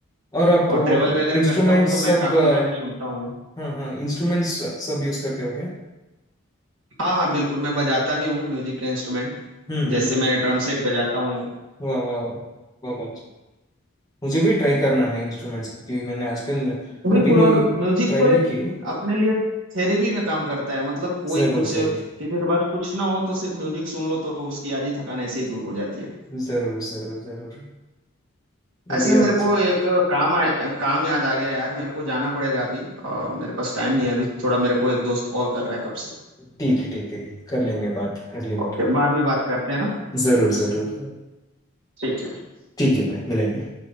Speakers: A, on the left; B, on the right.
A: और आप
B: और
A: वो
B: ट्रेवल वगैरह
A: इंस्ट्रूमेंट्स
B: करता हूँ तो मैं
A: सब
B: काफी
A: अ,
B: गाने सुनता हूँ
A: हाँ हाँ इंस्ट्रूमेंट्स सब यूज करते हो क्या
B: हाँ हाँ बिल्कुल मैं बजाता भी हूँ म्यूजिक के इंस्ट्रूमेंट
A: हम्म
B: जैसे
A: हम्म हम्म
B: मैं ड्रम सेट बजाता हूँ
A: वाह वाह वाह बहुत अच्छा मुझे भी ट्राई करना है इंस्ट्रूमेंट्स क्योंकि मैंने आजकल कभी
B: बिल्कुल
A: नहीं
B: और म्यूजिक
A: ट्राई
B: तो
A: नहीं
B: एक
A: की
B: अपने लिए थेरेपी का काम करता है मतलब कोई
A: जरूर
B: कुछ
A: जरूर
B: किसी के पास कुछ ना हो तो सिर्फ म्यूजिक सुन लो तो उसकी आधी थकान ऐसे ही दूर हो जाती है
A: जरूर जरूर जरूर मे
B: ऐसे
A: बी
B: मेरे
A: आज
B: को एक काम आए काम याद आ गया यार मेरे को जाना पड़ेगा अभी अ, मेरे पास टाइम नहीं है अभी थोड़ा मेरे को एक दोस्त कॉल कर रहा है कब से
A: ठीक है ठीक है कर लेंगे बात अगली
B: ओके,
A: बार
B: बाद में बात करते हैं ना
A: जरूर जरूर
B: ठीक है
A: ठीक है भाई मिलेंगे